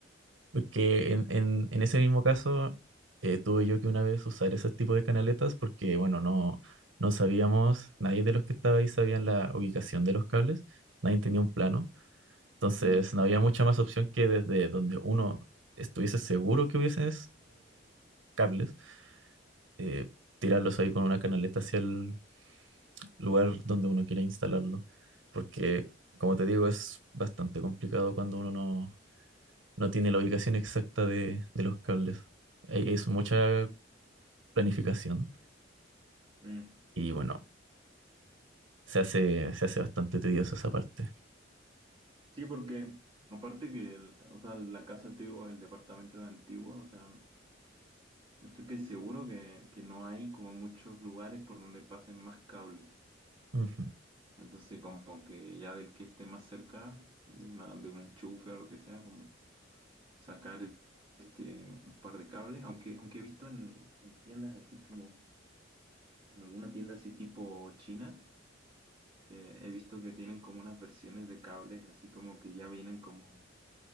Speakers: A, on the right; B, on the right.
A: Porque en, en, en ese mismo caso, eh, tuve yo que una vez usar ese tipo de canaletas porque, bueno, no, no sabíamos, nadie de los que estaba ahí sabían la ubicación de los cables, nadie tenía un plano. Entonces,
B: mm,
A: no había mucha más opción que desde donde uno estuviese seguro que hubiesen cables, eh, tirarlos ahí con una canaleta hacia el, lugar donde uno quiera instalarlo, porque como te digo, es bastante complicado cuando uno no, no tiene la ubicación exacta de, de los cables. E- Es mucha planificación
B: mm. mm.
A: y bueno, se hace, se hace bastante tediosa esa parte.
B: Sí, porque aparte que el- o sea, la casa antigua, el departamento antiguo, o sea, estoy que seguro que, que no hay como muchos lugares por donde pasen más cables.
A: Ujú.
B: Entonces, como que ya del que esté más cerca de una, de un enchufe o lo que sea, como sacar este un par de cables, aunque, aunque he visto en, en tiendas así como, en alguna tienda así tipo China, eh, he visto que tienen como unas versiones de cables así como que ya vienen como